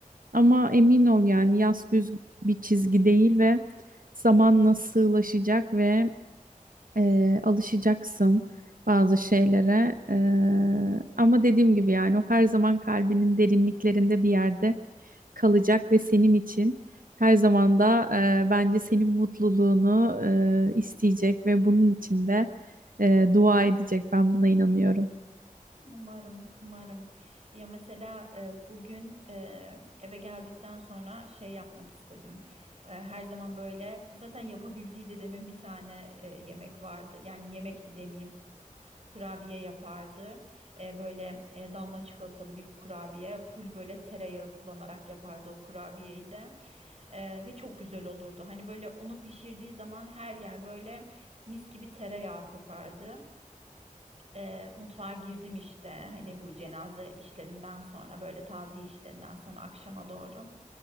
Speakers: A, on the right; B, on the right.
A: Ama emin ol yani yaz düz bir çizgi değil ve zaman nasıl sığlaşacak ve Eee, alışacaksın bazı şeylere. Eee, ama dediğim gibi yani o her zaman kalbinin derinliklerinde bir yerde kalacak ve senin için her zaman da eee, bence senin mutluluğunu eee, isteyecek ve bunun için de eee, dua edecek. Ben buna inanıyorum.
B: Umarım, umarım. Ya mesela e, bugün e, eve geldikten sonra şey yapmak istedim. E, her zaman böyle zaten yapabildiği dedemin bir tane e, yemek vardı. Yani yemekti demeyeyim. Kurabiye yapardı. E, böyle e, damla çikolatalı bir kurabiye. Full böyle tereyağı kullanarak yapardı o kurabiyeyi de. E, ve çok güzel olurdu. Hani böyle onu pişirdiği zaman her yer böyle mis gibi tereyağı kokardı. E, mutfağa girdim işte hani bu cenaze işlerinden sonra böyle taziye işlerinden sonra akşama doğru.